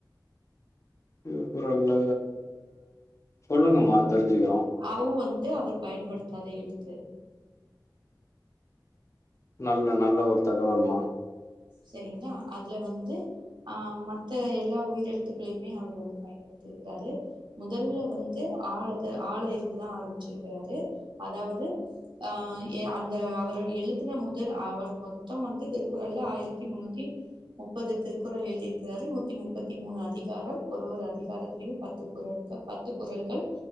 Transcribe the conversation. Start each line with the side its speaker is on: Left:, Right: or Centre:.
Left: திருக்குறள்ல சொல்லுங்கம்மா தெரிஞ்சிக்கிறோ
Right: ஔ வந்து அவர் பயன்படுத்தாத எழுத்து
Left: நல்ல நல்ல ஒரு தகவல்மா
Right: செரிங்களா அதுல வந்து ஆ மத்த எல்லா உயிரெழுத்துக்களையுமே அவர் வந்து பயன்படுத்திருக்கறாரு முதல்ல வந்து ஆல ஆல இருந்துதா ஆரம்பிச்சிருக்கறாரு அதாவது அ அந்த அவரு எழுதுன முதல் அவர் மொத்தோ வந்து திருக்குறள்ல ஆயிரத் தி முன்னுத்தி முப்பது திருக்குறள் எழுதி இருக்கறரு நூத்தி முப்பத்தி மூணு அதிகாரம் ஒரு ஒரு அதிகாரத்திலையு பத் து குறட்கள் பத்து குறள்கள்